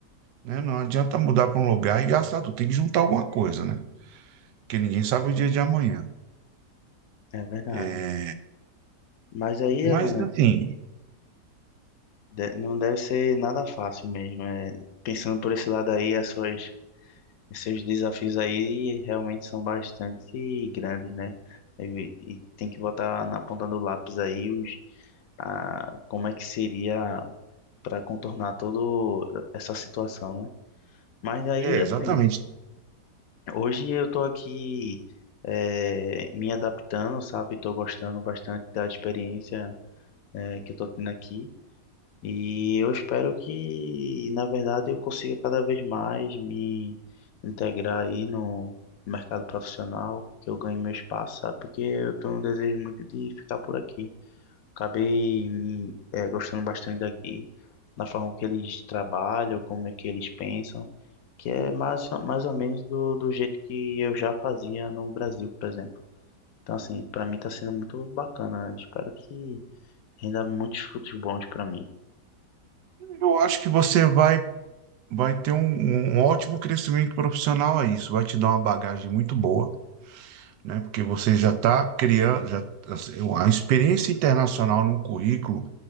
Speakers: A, on the right (about 80°); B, on the left (about 65°).
A: né, não adianta mudar para um lugar e gastar tudo, tem que juntar alguma coisa, né? Porque ninguém sabe o dia de amanhã.
B: é verdade.
A: É,
B: Mas aí
A: Mas,
B: ela
A: assim,
B: de- não deve ser nada fácil mesmo. É, pensando por esse lado aí, as suas Esses desafios aí realmente são bastante grandes, né? E, e tem que botar na ponta do lápis aí os, a, como é que seria para contornar toda essa situação, né? Mas aí,
A: é exatamente.
B: assim, hoje eu tô aqui eh, me adaptando, sabe? Tô gostando bastante da experiência eh, que eu tô tendo aqui. E eu espero que, na verdade, eu consiga cada vez mais me integrar aí no mercado profissional, que eu ganhe meu espaço, sabe? Porque eu tenho um desejo muito de ficar por aqui. Acabei me, eh, gostando bastante daqui, da forma que eles trabalham, como é que eles pensam, que é mais, mais ou menos do, do jeito que eu já fazia no Brasil, por exemplo. Então, assim, para mim está sendo muito bacana. Espero que renda muitos frutos bons para mim.
A: Eu acho que você vai. vai ter um, um um ótimo crescimento profissional aí. Isso vai te dar uma bagagem muito boa, né? Porque você já está criando, já, assim, a experiência internacional num currículo